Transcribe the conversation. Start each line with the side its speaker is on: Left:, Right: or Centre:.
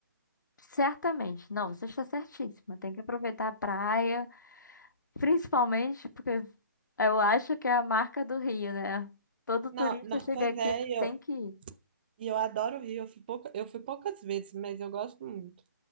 Left: Certamente. Não, você está certíssima. Tem que aproveitar a praia, principalmente porque eu acho que é a marca do Rio, né? Todo
Right: Não,
Left: turista
Right: não,
Left: chega
Right: pois
Left: aqui
Right: é, e eu,
Left: tem que ir.
Right: e eu adoro o Rio, eu fui pouca, eu fui poucas vezes, mas eu gosto muito.